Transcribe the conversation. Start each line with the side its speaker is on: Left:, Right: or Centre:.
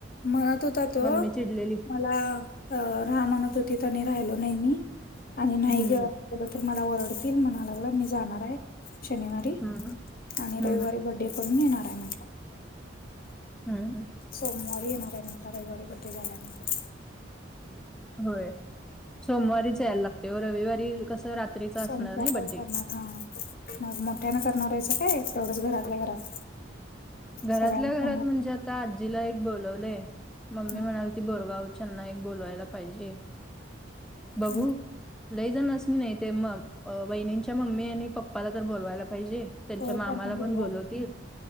Left: म्हणत होता तो
Centre: मम्मी चिडलेली
Left: मला अ राहा म्हणत होती त्यांनी राहिलो नाही मी आणि नाही
Centre: हम्म
Left: ग गेलं तर मला ओरडतील म्हणा लागलं मी जाणार आहे. शनिवारी
Centre: हम्म
Left: आणि
Centre: हम्म
Left: रविवारी बड्डे करून येणार आहे म्हटलं.
Centre: हम् हम.
Left: सोमवारी येणार आहे म्हटला रविवारी बड्डे झाल्यानंतर
Centre: होय सोमवारीच यायला लागते व रविवारी कसं रात्रीचा
Left: संध्याकाळी
Centre: असणार नाही बड्डे
Left: करणार हा मग मोठ्यान करणारायचं काय तेवढंच घरातल्या घरात
Centre: घरातल्या
Left: सगळ्यांना सांगणार
Centre: घरात म्हणजे आता आजीला एक बोलवलंय मम्मी
Left: हा
Centre: म्हणाली ती बोरगाव होती. च् ननाक बोलवायला पाहिजे बघू.
Left: हम्म
Centre: लयजण अस नाही नाही ते मग वहिनींच्या मम्मी आणि पप्पाला तर बोलवायला पाहिजे. त्यांच्या
Left: होय
Centre: मामाला
Left: त्यांना
Centre: पण
Left: बोलवायला
Centre: बोलवतील